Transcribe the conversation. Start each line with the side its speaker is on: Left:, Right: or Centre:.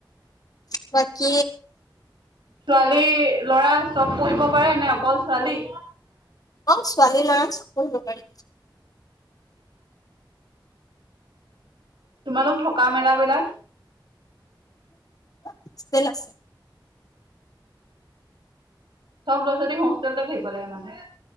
Left: বাকী
Right: ছোৱালী ল'ৰা চব পঢ়িব পাৰেনে অকল ছোৱালী!
Left: অ', ছোৱালী ল'ৰা সব পঢ়িব পাৰি।
Right: তোমালোক থকা মেলা বিলাক?
Left: হোষ্টেল আছে।
Right: চব ল'ৰা ছোৱালী হোষ্টেলত থাকিব লাগে মানে।